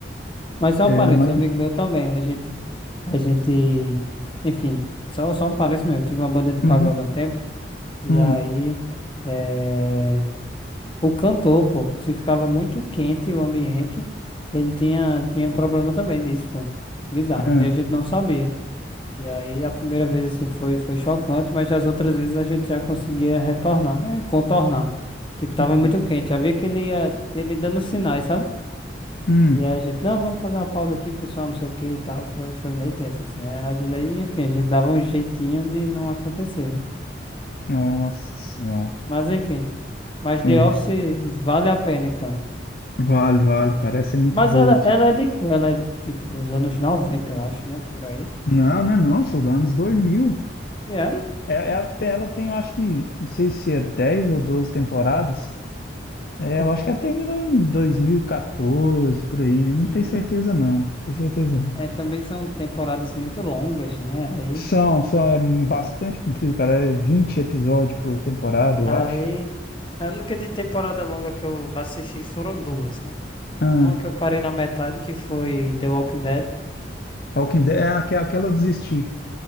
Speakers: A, on the left (about 25°); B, on the left (about 50°).
A: Mas só
B: É,
A: um parênteses,
B: mas.
A: um amigo meu também. A gente, a gente, enfim, só, só um parênteses mesmo. Tive uma banda de pagode
B: Uhum,
A: há um tempo. E
B: hum,
A: aí, eh, o cantor, pô, se ficava muito quente o ambiente, ele tinha, tinha problema também disso, pô. Bizarro.
B: ah,
A: E a gente não sabia. E aí, a primeira vez, assim, foi, foi chocante, mas as outras vezes a gente já conseguia retornar, eh, contornar. Tipo, tava
B: uhum,
A: muito quente. Já via que ele ia, ele dando sinais, sabe?
B: hum.
A: E aí a gente, não, vamos fazer uma pausa aqui, pessoal, não sei o que e tal. Foi, foi meio tenso, assim. né? Às vezes aí, enfim, a gente dava um jeitinho de não acontecer, né?
B: Nossa Senhora.
A: Mas enfim. Mas
B: É,
A: The Office vale a pena, então.
B: vale, vale, cara. Essa é muito
A: Mas
B: boa.
A: ela, ela é de, qu- ela é de, tipo, os anos noventa eu acho, né? Por aí.
B: Não, não é não, sou dos anos 2000.
A: E É?
B: É, é, até- ela tem, eu acho que, não sei se é 10 ou 12 temporadas. É, eu acho que até terminou em 2014, por aí. Eu não
A: Uhum.
B: tenho certeza, não. Não Tenho certeza, não.
A: É, também são temporadas muito longas, né? Aí,
B: São, são, é bastante comprido, cara. É 20 episódios por temporada, eu
A: aí,
B: acho.
A: a única de temporada longa que eu assisti foram duas, né?
B: Ah,
A: Uma que eu parei na metade, que foi The Walking Dead.
B: Walking Dead, é aque- aquela eu desisti.